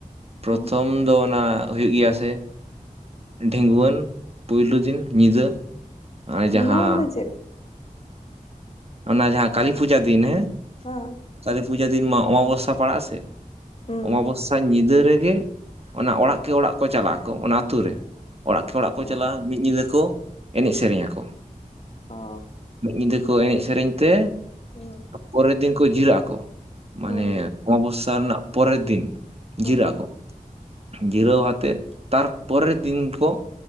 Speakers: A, on the right; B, on the left.
A: ᱯᱨᱚᱛᱷᱚᱢ
B: ᱦᱩᱸ
A: ᱫᱚ ᱚᱱᱟ ᱦᱩᱭᱩᱜ ᱜᱮᱭᱟ ᱥᱮ ᱰᱷᱤᱸᱜᱣᱟᱹᱱ ᱯᱩᱭᱞᱩ ᱫᱤᱱ ᱧᱤᱫᱟᱹ ᱚᱱᱮ
B: ᱰᱷᱤᱸᱜᱣᱟᱹᱱ
A: ᱡᱟᱦᱟᱸ
B: ᱫᱚ ᱪᱮᱫ?
A: ᱚᱱᱟ ᱡᱟᱦᱟᱸ ᱠᱟᱹᱞᱤ ᱯᱩᱡᱟᱹ ᱫᱤᱱ ᱦᱮᱸ
B: ᱦᱟ
A: ᱠᱟᱞᱤ ᱯᱩᱡᱟ ᱫᱤᱱ ᱢᱟ ᱚᱢᱟᱵᱚᱥᱥᱟ ᱯᱟᱲᱟᱜᱼᱟ ᱥᱮ
B: ᱦᱩᱸ
A: ᱚᱢᱟᱵᱚᱥ ᱧᱤᱫᱟᱹ ᱨᱮᱜᱮ ᱚᱱᱟ ᱚᱲᱟᱜ ᱠᱮ ᱚᱲᱟᱜ ᱠᱚ ᱪᱟᱞᱟᱜ ᱟᱠᱚ ᱚᱱᱟ ᱟᱛᱩ ᱨᱮ ᱚᱲᱟᱜ ᱠᱮ ᱚᱲᱟᱜ ᱠᱚ
B: ᱚ
A: ᱪᱟᱞᱟᱜᱼᱟ ᱢᱤᱫ ᱧᱤᱫᱟᱹ ᱠᱚ ᱮᱱᱮᱡ ᱥᱮᱨᱮᱧ ᱟᱠᱚ
B: ᱚ
A: ᱢᱤᱫ ᱧᱤᱫᱟᱹ ᱠᱚ ᱮᱱᱮᱡ ᱥᱮᱨᱮᱧ ᱛᱮ
B: ᱦᱩᱸ
A: ᱯᱚᱨᱮ ᱫᱤᱱ ᱠᱚ ᱡᱤᱨᱟᱹᱜ ᱟᱠᱚ ᱢᱟᱱᱮ
B: ᱦᱩᱸ
A: ᱚᱢᱟᱵᱚᱥ ᱨᱮᱱᱟᱜ ᱯᱚᱨᱮ ᱫᱤᱱ ᱡᱤᱨᱟᱹᱜ
B: ᱦᱩᱸ
A: ᱟᱠᱚ ᱡᱤᱨᱟᱹᱣ ᱟᱛᱮᱫ ᱛᱟᱨᱯᱚᱨᱮᱨ ᱫᱤᱱ ᱠᱚ